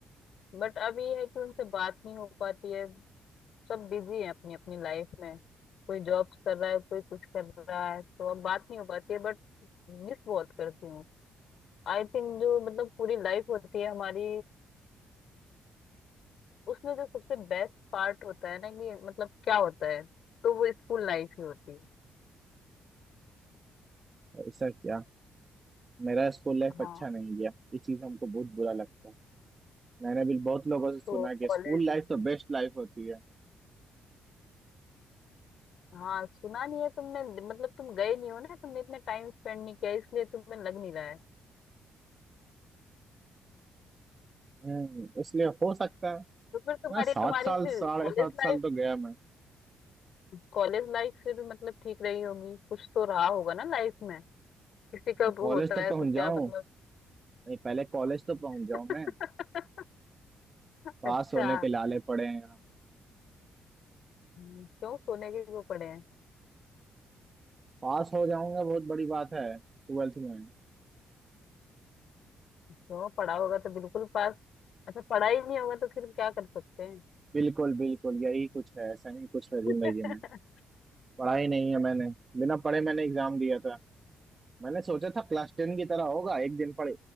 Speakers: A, on the left; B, on the right.
A: बट अब ये है कि उनसे बात नहीं हो पाती है सब बिजी हैं अपनी अपनी लाइफ में कोई जॉब्स कर रहा है कोई कुछ कर रहा है तो अब बात नहीं हो पाती है बट मिस बहुत करती हूँ आई थिंक जो मतलब पूरी लाइफ होती है हमारी उसमें जो सबसे बेस्ट पार्ट होता है ना कि मतलब क्या होता है तो वो स्कूल लाइफ ही होती है
B: ऐसा क्या मेरा स्कूल लाइफ
A: हाँ
B: अच्छा नहीं गया ये चीज हमको बहुत बुरा लगता है मैंने भी बहुत लोगों से
A: तो
B: सुना है कि स्कूल
A: कॉलेज
B: लाइफ तो बेस्ट लाइफ होती है
A: हाँ सुना नहीं है तुमने मतलब तुम गए नहीं हो ना तुमने इतना टाइम स्पेंड नहीं किया इसलिए तुम्हें लग नहीं रहा है
B: हम्म इसलिए हो सकता है
A: तो फिर तुम्हारी
B: मैं सात
A: तुम्हारी
B: साल
A: फिर
B: साढ़े
A: कॉलेज
B: सात साल
A: लाइफ
B: तो गया मैं
A: कॉलेज लाइफ फिर मतलब ठीक रही होगी कुछ तो रहा होगा ना लाइफ में किसी का वो
B: कॉलेज
A: होता
B: तो
A: है
B: पहुंच
A: तो क्या
B: जाऊं
A: मतलब
B: नहीं पहले कॉलेज तो पहुंच जाऊं
A: <laughs>
B: मैं पास
A: अच्छा
B: होने के लाले पड़े हैं यहाँ
A: हम्म, क्यों सोने के क्यों पड़े हैं
B: पास हो जाऊंगा बहुत बड़ी बात है ट्वेल्थ में
A: क्यों पढ़ा होगा तो बिल्कुल पास अच्छा पढ़ा ही नहीं होगा तो फिर क्या कर सकते हैं
B: बिल्कुल बिल्कुल यही कुछ है ऐसा ही कुछ है जिंदगी
A: हाँ
B: में पढ़ाई नहीं है मैंने बिना पढ़े मैंने एग्जाम दिया था मैंने सोचा था क्लास टेन की तरह होगा एक दिन पढ़